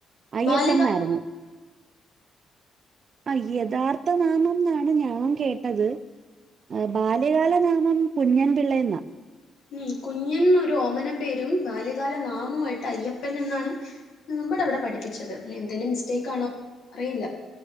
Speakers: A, on the right (about 50°); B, on the left (about 70°).
A: അയ്യപ്പൻ
B: ബാല്യകാല
A: എന്നായിരുന്നു ആ യഥാർത്ഥ നാമം എന്നാണ് ഞാൻ കേട്ടത് ബാല്യകാല നാമം കുഞ്ഞൻപിള്ള എന്നാ
B: ഉം കുഞ്ഞൻ ഒരു ഓമന പേരും ബാല്യകാല നാമമായിട്ട് അയ്യപ്പൻ എന്നാണ് നമ്മുടെ ഇവിടെ പഠിപ്പിച്ചത്. ഇനി എന്തേങ്കിലും മിസ്റ്റേക്കാണോ അറിയില്ല.